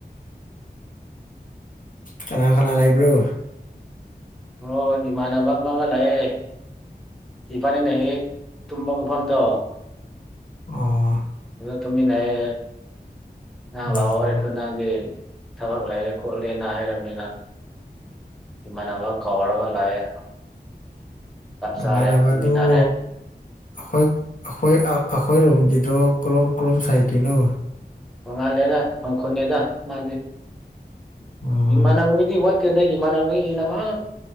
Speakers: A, on the left; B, in the centre.
A: ꯀꯉꯥ ꯈꯅ ꯂ ꯂꯩꯕ꯭ꯔꯣ
B: ꯍꯣꯏ ꯏꯃꯥꯟꯅꯕ ꯑꯃꯒ ꯂꯥꯛꯑꯦ ꯏꯕꯥꯅꯤꯅ ꯍꯦꯛ ꯇꯨꯝꯕ ꯃꯐꯝꯗꯣ
A: ꯑꯣ
B: ꯇꯨꯃꯤꯟꯅꯌꯦ ꯅꯍꯥꯡ
A: ꯑꯣ
B: ꯂꯥꯛꯑꯣ ꯍꯥꯏꯁꯨ ꯅꯍꯥꯟꯗꯤ ꯊꯕꯛ ꯂꯩꯔꯦ ꯈꯣꯠꯂꯦꯅ ꯍꯥꯏꯔꯕꯅꯤꯅ ꯏꯃꯅꯒ ꯀꯧꯔꯒ ꯂꯥꯛꯑꯦ
A: ꯃꯃꯥꯏ
B: ꯆꯥꯔꯦ
A: ꯅꯝꯕꯔꯗꯨꯣ
B: ꯇꯨꯃꯤꯟꯅꯔꯦ
A: ꯑꯩꯈꯣꯏ ꯑꯩꯈꯣꯏ ꯑꯩꯈꯣꯏ ꯔꯣꯝꯒꯤꯗ꯭ꯔꯣ ꯀ꯭ꯔꯣꯝ ꯀꯔꯣꯝ ꯁꯥꯏꯒꯤꯅꯣ
B: ꯅꯣꯡꯉꯥꯜꯂꯦꯗ ꯊꯣꯡꯈꯨꯅꯦꯗ ꯃꯥꯗꯤ
A: ꯑꯣ
B: ꯏꯃꯥꯟꯅꯕꯒꯤꯗꯤ ꯋꯥ ꯏꯃꯥꯟꯃꯗ ꯑꯩꯈꯣꯏ